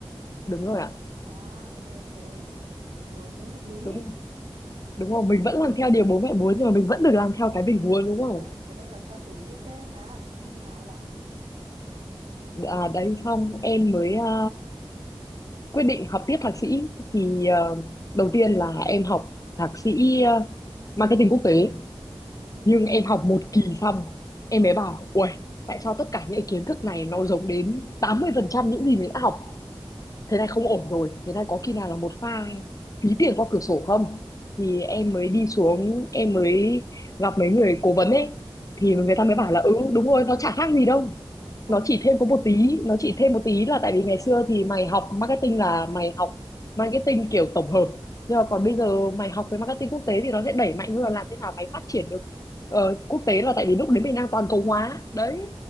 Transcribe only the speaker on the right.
À ok ok. Rồi thế hợp lý.
Đúng
rồi
kh-
không
đúng,
thế này là pha xử lý ok mà, không láo lắm.
Ừ.
Ừ.
Ôi,